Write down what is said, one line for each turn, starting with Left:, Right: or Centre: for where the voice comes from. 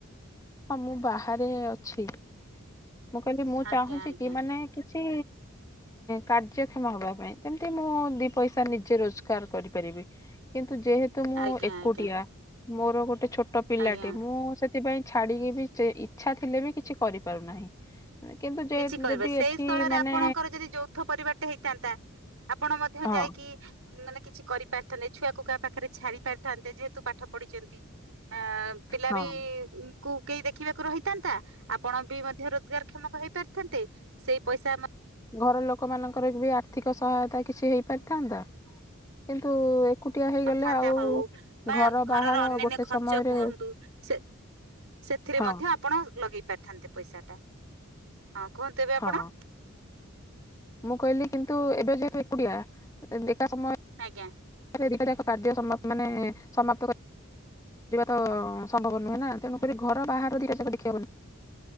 Left: ହଁ ମୁଁ ବାହାରେ ଅଛି ମୁଁ କହିଲି ମୁଁ
Right: ଆଜ୍ଞା
Left: ଚାହୁଁଛି
Right: ଆଜ୍ଞା
Left: କି ମାନେ ଚି କାର୍ଯ୍ୟକ୍ଷମ ହବା ପାଇଁ ଯେମିତି ମୁଁ ଦି ପଇସା ନିଜେ ରୋଜଗାର କରିପାରିବି କିନ୍ତ ଯେହେତୁ ମୁଁ
Right: ଆଜ୍ଞା
Left: ଏକୁଟିଆ
Right: ଆଜ୍ଞା
Left: ମୋର ଗୋଟେ ଗୋଟେ ଛୋଟ ପିଲାଟେ
Right: ଆଜ୍ଞା
Left: ମୁଁ ସେ ସେଥିପାଇଁ ଛାଡିକି ବି ଯେ ଇଚ୍ଛା ଥିଲେ ବି କିଛି କରିପାରୁନାହିଁ, କିନ୍ତୁ ଯେ
Right: କିଛି କିହିବ
Left: ଯଦି
Right: ସେଇ
Left: ଏଠି
Right: ସ୍ଥଳରେ
Left: ମାନେ
Right: ଆପଣଙ୍କର ଯଦି ଯୌଥ ପରିବାରଟେ ହେଇଥାନ୍ତା ଆପଣ ମଧ୍ୟ
Left: ହଁ
Right: ଯାଇକି ମାନେ କିଛି କରିପାରିଥାନ୍ତେ ଛୁଆ କାହା ପାଖରେ ଛାଡି ପାରିଥାନ୍ତେ ଯେହେତୁ ପାଠ ପଢିଛନ୍ତି, ଆ ପିଲା
Left: ହଁ
Right: ବି କୁ କେହି ଦେଖିବାକୁ ରହିଥାନ୍ତା ଆପଣ ବି ମଧ୍ୟ ରୋଜଗାରକ୍ଷମ ହେ ହେଇପାରିଥାନ୍ତେ ସେଇ ପଇସା
Left: ଘର ଲୋକମାନାନଙ୍କର ବି ଆର୍ଥିକ ସହାୟତା କିଛି ହେଇପାରିଥାନ୍ତା କିନ୍ତୁ, ଏକୁଟିଆ ହେଇଗଲେ
Right: ଥାନ୍ତା
Left: ଆଉ
Right: ହଉ ବା
Left: ଘର
Right: ଘରର
Left: ବାହାର
Right: ଅନ୍ୟାନ୍ୟ
Left: ଗୋଟେ
Right: ଖର୍ଚ୍ଚ
Left: ସମୟରେ
Right: କୁହନ୍ତୁ ସେ ସେଥିରେ
Left: ହଁ
Right: ମଧ୍ୟ ଆପଣ ଲଗେଇ ପାରିଥାନ୍ତେ ପଇସାଟା, ହଁ କୁହନ୍ତୁ ଏବେ
Left: ହଁ
Right: ଆପଣ?
Left: ମୁଁ କହିଲି କିନ୍ତୁ ଏବେ ଏକୁଟିଆ ଏକା ସମୟ
Right: ଆଜ୍ଞା,
Left: ଦିଟା ଯାକ କାର୍ଯ୍ୟ ସମାପ୍ତ ମାନେ ସମାପ୍ତ କରିବା ତ ସମ୍ଭବ ନୁହେଁ ନା। ତେଣୁକରି ଘର ବାହାରୁ ଦି ଟା ଯାକ ଦେଖିହବନି।